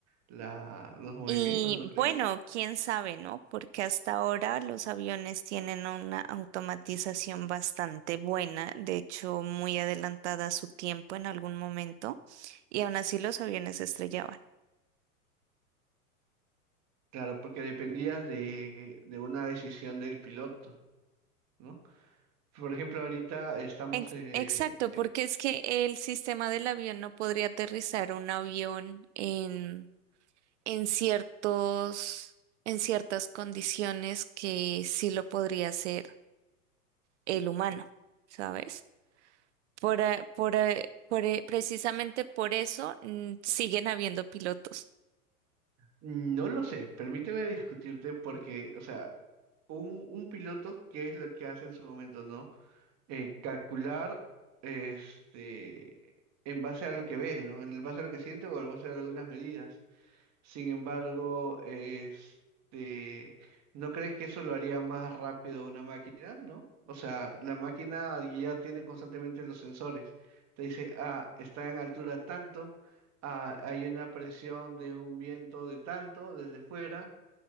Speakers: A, on the right (about 35°); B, on the right (about 50°).
A: la- los movimientos,
B: Y
A: ¿no crees?
B: bueno, quién sabe, ¿no? Porque hasta ahora los aviones tienen una automatización bastante buena, de hecho muy adelantada a su tiempo en algún momento, y aún así los aviones se estrellaban.
A: Claro, porque dependías de, de una decisión del piloto, ¿no? Por ejemplo, ahorita estamos...
B: Ex-
A: eh,
B: Exacto, porque es que el sistema del avión no podría aterrizar un avión en, en ciertos, en ciertas condiciones que sí lo podría hacer el humano, ¿sabes? Por, eh, por, eh, por, eh, precisamente por eso mm, siguen habiendo pilotos.
A: No lo sé, permíteme discutirte porque, o sea, un, un piloto, ¿qué es lo que hace en su momento, no? Eh, calcular, este, en base a lo que ve, ¿no? En base a lo que siente o en base a algunas medidas. Sin embargo, este, ¿no crees que eso lo haría más rápido una máquina, no? O sea, la máquina ya tiene constantemente los sensores. Te dice, ah, está en altura tanto, ah, hay una presión de un viento de tanto desde fuera,